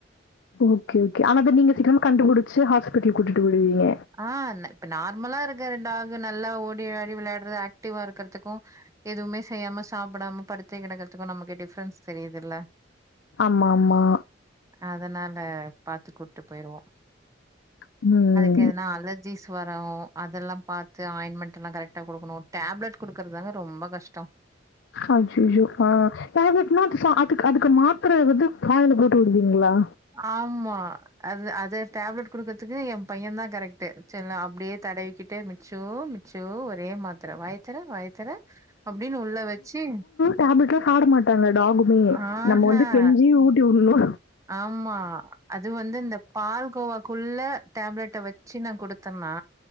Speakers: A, on the left; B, on the right.
A: ஓகே ஓகே அனா அத நீங்க சீக்கிறமா கண்டுபுடிச்சு ஹாஸ்பிட்டல் கூட்டிட்டு ஓடுவீங்க
B: அ ந இப்ப நார்மலா இருக்கற டாகு நல்லா ஓடியாடி விளையாடுறது ஆக்டிவா இருக்கறதுக்கு எதுவுமே செய்யாம சாப்படாம படுத்தே கெடக்கறதுக்கு நமக்கு டிஃப்ரென்ஸ் தெரியுதுல்ல
A: ஆமா, ஆமா.
B: அதனால பாத்து கூட்டு போயிருவோ
A: ம்
B: கெதுனா அல ஜீஸ் வரு அதல்லா பாத்து ஆயின்மெண்ட் எல்லா கரெக்டா குடுக்கணு டேப்லெட் குடுக்கறதாங்க ரொம்ப கஷ்டோ
A: அய்யய்யோ ஆ டேப்லெட் <unintelligible> சா அதுக்கு அதுக்கு மாத்தர வந்து வாயில போட்டுவுடுவீங்களா
B: ஆமா அது அது டேப்லெட் குடுக்கறதுக்கு எ பைய தா கரெக்ட்டு சேர் லா அப்டியே தடவிக்கிட்டு மிச்சு சூ ஒரே மாத்தர வாயத்தர வாயத்தர அப்டின் உள்ள வச்சி
A: டேப்லெட்லா சாப்ட மாட்டாங்க டாகுமே
B: ஆஹா
A: நம்ப வந்து கெஞ்சி ஊட்டிவுடணு
B: ஆமா அது வந்து இந்த பால் கோவாக்குள்ள டேப்லெட்ட வெச் ச்சி நா குடுத்தன்னா